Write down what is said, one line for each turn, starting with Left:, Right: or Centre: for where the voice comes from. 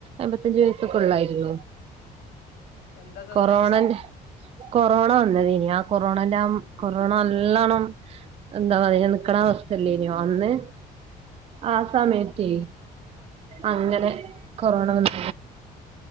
Right: അമ്പത്തഞ്ചു വയസ്സൊക്കെ ഉള്ളായിരുന്നു
Left: എന്താ സംഭവിച്ചേ
Right: കൊറോണന്റെ കൊറോണ വന്നത് ഇനി ആ കൊറോണ എല്ലാം കൊറോണ നല്ലോണം എന്താ പറയാ നിക്കണ അവസ്ഥല്ലേനോ അന്ന് ആ
Left: ഉം
Right: സമയത്തേ
Left: ഉം
Right: അങ്ങനെ
Left: ഉം
Right: കൊറോണ വന്ന്